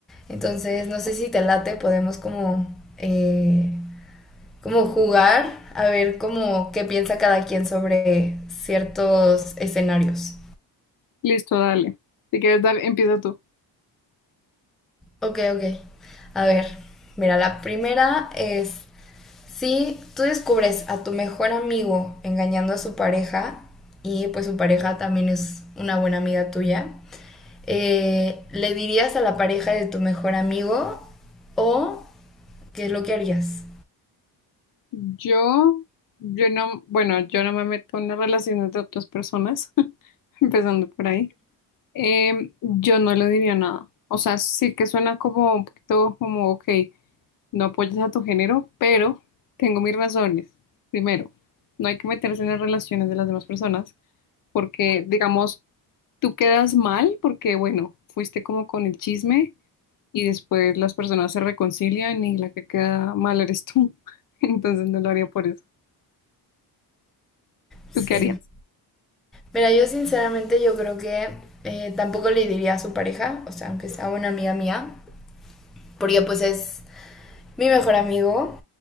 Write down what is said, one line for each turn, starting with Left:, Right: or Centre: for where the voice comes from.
Centre: Entonces, no sé si te late, podemos como, eh, como jugar a ver como qué piensa cada quien sobre ciertos escenarios.
Left: Listo, dale. Si quieres, dale, empieza tú.
Centre: Ok, ok. A ver, mira, la primera es, Si tú descubres a tu mejor amigo engañando a su pareja y pues su pareja también es una buena amiga tuya, eh, ¿le dirías a la pareja de tu mejor amigo o qué es lo que harías?
Left: Yo, yo no, bueno, yo no me meto en las relaciones de otras personas, <laughs> empezando por ahí. Em, yo no le diría nada. O sea, sí que suena como un poquito como, ok, no apoyas a tu género, pero tengo mis razones. Primero, no hay que meterse en las relaciones de las demás personas. porque, digamos, tú quedas mal porque, bueno, fuiste como con el chisme y después las personas se reconcilian y la que queda mal eres tú. <laughs> Entonces no lo haría por eso.
Centre: Sí.
Left: ¿Tú qué harías?
Centre: Mira, yo sinceramente yo creo que eh, tampoco le diría a su pareja, o sea, aunque sea una amiga mía, porque pues es mi mejor amigo